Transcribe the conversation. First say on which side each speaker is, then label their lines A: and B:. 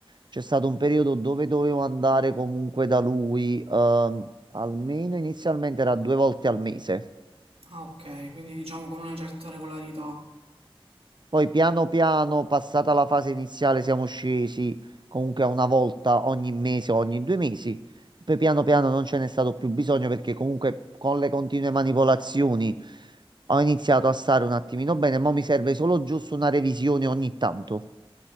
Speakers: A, on the right; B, on the right.
A: c'è stato un periodo dove dovevo andare comunque da lui, ehm, almeno inizialmente era due volte al mese.
B: Ah, ok, quindi diciamo con una certa regolarità.
A: Poi piano piano, passata la fase iniziale, siamo scesi comunque a una volta ogni mese o ogni due mesi. Poi piano piano non ce n'è stato più bisogno perché comunque con le continue manipolazioni ho iniziato a stare un attimino bene, ma mi serve solo giusto una revisione ogni tanto.